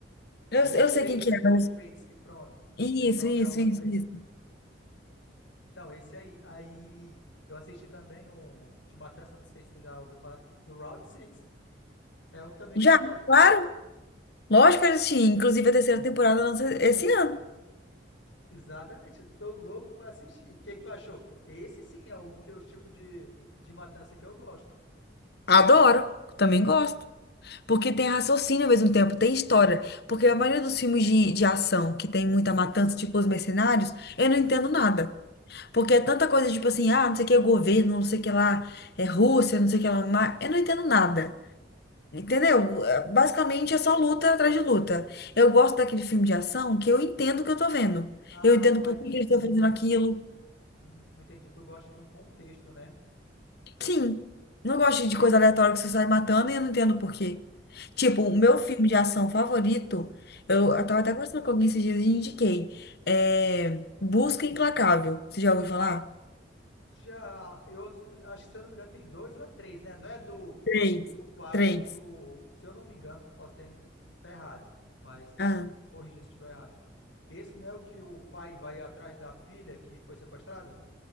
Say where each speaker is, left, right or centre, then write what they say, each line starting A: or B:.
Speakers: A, on the left; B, on the left.
A: Eu,
B: Ghostface,
A: eu sei quem que
B: Ghostface.
A: é, mas...
B: Pronto.
A: Isso,
B: O nome
A: isso,
B: é o Ghostface.
A: isso, isso.
B: Então, esse aí. Aí eu assisti também um de Matança, não sei se tu já ouviu falar, do Round Six É um também
A: Já,
B: que eu gosto.
A: claro. Lógico que eu assisti. Inclusive, a terceira temporada lança esse ano.
B: Exatamente, eu tô louco pra assistir. O que que tu achou? Esse sim é um que é o tipo de, de matança que eu gosto.
A: Adoro. Também gosto. Porque tem raciocínio ao mesmo tempo, tem história. Porque a maioria dos filmes de, de ação, que tem muita matança, tipo Os Mercenários, eu não entendo
B: Uhum.
A: nada. Porque é tanta coisa, tipo assim, ah, não sei o que é o governo, não sei o que lá, é Rússia, não sei o que lá, ma- eu não entendo nada.
B: Sim.
A: Entendeu? É, Basicamente é só luta atrás de luta. Eu gosto daquele filme de ação que eu entendo o que eu tô vendo.
B: Ah,
A: Eu entendo
B: que vai,
A: por que que eles
B: que,
A: estão fazendo
B: que vai.
A: aquilo.
B: Hum, entendi. Tu gosta de um contexto, né?
A: Sim. Não gosto de coisa aleatória que você sai matando e eu não entendo por quê. Tipo,
B: Tu-
A: o meu filme de ação favorito,
B: Uhum.
A: eu, eu tava até conversando com alguém esses dias e indiquei. É Busca Implacável. Você já ouviu falar?
B: Já, eu acho que se eu não me engano tem dois ou é três, né? Não é do
A: Três.
B: do pai
A: Três.
B: do, se eu não me engano, posso estar em- tá errado, mas
A: Ah,
B: corrija se estiver errado Esse não é o que o pai vai atrás da filha que foi sequestrada?